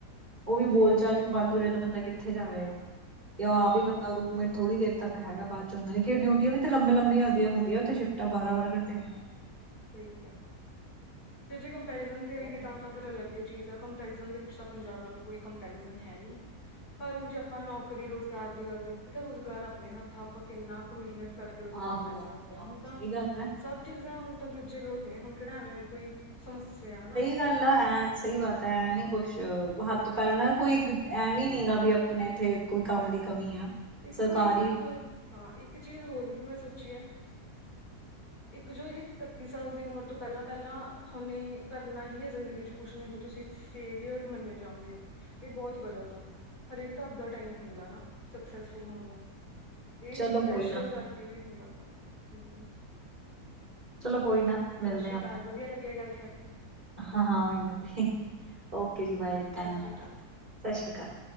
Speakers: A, on the right; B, on the left.
A: ਉਹ ਵੀ ਬੋਲ
B: ਨਹੀਂ
A: ਚਾਲ ਵੀ ਬੰਦ ਹੋ ਜਾਹਾ ਤਾਂ ਬੰਦਾ ਕਿੱਥੇ ਜਾਵੇਗਾ। ਕਿ
B: ਸਹੀ
A: ਆਪ
B: ਕਿਹਾ
A: ਹੀ ਬ ਦਾ ਰੂਮੇਟ ਥੋੜ੍ਹ ਦੇਰ ਤੱਕ ਹੈਗਾ ਬਾਦ ਚ ਹੁੰਦਾ ਉਹ ਡਿਊਟੀਆਂ ਵੀ ਲੰਬੇ ਲੰਬੀਆਂ ਹੁੰਦੀਆਂ ਤੇ ਸ਼ਿਫਟਾਂ ਬਰਾ-ਬਾਰਾ ਘੰਟੇ ਦੀਆ।
B: ਸਹੀ ਕਿਹਾ ਫਿਰ ਜੇ ਕੰਪੈਰੀਜ਼ਨ ਤੇ ਆਈਏ
A: ਆਹੋ
B: ਤਾ ਤਾਂ ਫਿਰ ਅਲੱਗ ਹੀ ਚੀਜ਼ ਆ। ਕੰਪੈਰੀਜ਼ਨ ਦੇ ਵਿੱਚ ਤਾਂ ਪੰਜਾਬ ਨਾਲ ਕੋਈ ਕੰਪੈਰੀਜਨ ਹੈ ਨਹੀਂ। ਪਰ ਹੁਣ ਜੇ ਆਪਾਂ ਨੌਕਰੀ ਰੁਜ਼ਗਾਰ ਦੀ ਗੱਲ ਦੇਖੀਏ ਤਾਂ ਰੁਜ਼ਗਾਰ ਆਪਣੇ ਹੱਥਾਂ ਆਪਾਂ ਕਿੰਨਾ ਕੁ ਮਿਹਨਤ ਕਰਕੇ ਰੁਜ਼ਗਾਰ
A: ਆਹੋ
B: ਲੈ
A: ਆਹੋ
B: ਸਕਦੇ ਹਾਂ। ਹੁਣ ਤਾਂ,
A: ਸਹੀ ਗੱਲ ਹੈ
B: ਸਭ ਚੀਜ਼ਾਂ ਹੁਣ ਤਾਂ ਦੂਜੇ ਲੋਕ ਨੇ ਹੁਣ ਕਿਹੜਾ ਐਵੇਂ ਵੀ ਕੋਈ ਸਮੱਸਿਆ ਹਨਾ।
A: ਸ ਗੱਲ ਆ। ਐਂ ਸਹੀ ਬਾਤ ਹੈ, ਐਂ ਨੀ ਕੁੱਛ ਹੱਥ- ਪੈਰ ਕੋਈ ਐਂ ਵੀ ਨੀ ਗਾ ਵੀ ਆਪਣੇ ਇੱਥੇ ਕੋਈ ਕੰਮ ਦੀ ਕਮੀ ਆ।
B: ਇੱਕ
A: ਸਰਕਾਰੀ
B: ਕੋਈ ਇੱਕ, ਹਾਂ। ਇੱਕ ਚੀਜ਼ ਹੋਰ ਵੀ ਮੈਂ ਸੋਚੀ ਹੈ। ਇੱਕ ਜੋ ਇਹ ਇਕੱਤੀ ਸਾਲ ਦੀ ਉਮਰ ਤੋਂ ਪਹਿਲਾਂ- ਪਹਿਲਾਂ ਤੁਹਾਨੇ ਕਰਨਾ ਹੀ ਹੈ ਜ਼ਿੰਦਗੀ ਚ' ਕੁਛ ਨਹੀਂ ਕੁਛ ਤੁਸੀਂ ਫੇਲੀਅਰ ਮੰਨੇ ਜਾਉਗੇ। ਇਹ ਬਹੁਤ ਗਲਤ ਆ। ਹਰੇਕ ਦਾ ਆਪਦਾ ਟਾਈਮ ਹੁੰਦਾ ਨਾ। ਸਕਸੈਸਫੁਲ ਹੋਣ ਦਾ। ਇਹ
A: ਚਲੋ
B: ਇੱਕ ਪ੍ਰੈਸ਼ਰ
A: ਕੋਈ ਨਾ,
B: ਕਰਕੇ ਕੇ ਵੀ ਹੁੰਦਾ। ਬਹੁਤ ਹੂੰ ਚਲੋ
A: ਕੋਈ
B: ਜੀ,
A: ਨਾ
B: ਸਤਿ
A: ਮਿਲਦੇ
B: ਸ੍ਰੀ ਅਕਾਲ। ਵਧੀਆ ਲੱਗਿਆ ਗੱਲ ਕਰਕੇ।
A: ਹਾਂ- ਹਾਂ, ਓਕੇ
B: ਚਲੋ
A: ਜੀ, ਬਾਏ,
B: ਸਤਿ
A: ਧੰਨਵਾਦ
B: ਸ੍ਰੀ ਅਕਾਲ
A: ਸਤਿ ਸ਼੍ਰੀ ਅਕਾਲ।